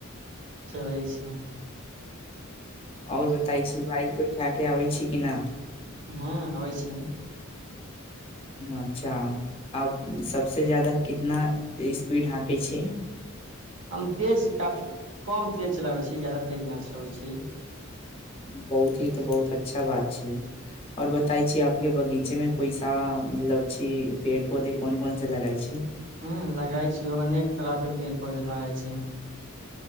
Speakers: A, on the right; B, on the left.
A: चलै छी
B: आओर बताइ छी बाइक उइक कऽ आबै छी किना
A: हँ अबै छै
B: अच्छा आब सबसे जायदा कितना स्पीड हाँकै छै
A: हम तेज काफी कम तेज चलाबैत छी ज्यादा तेज नहि चलाबैत छै
B: बहुत ही तऽ बहुत अच्छा बात छी और बताई छी आपके बगीचेमे कोइसा आ मतलब छी पेड़ पौधे कौन कौन सा लगाई छी
A: हुं लगाय छिय अनेक तरह के पेड़ पौधे लगाय छी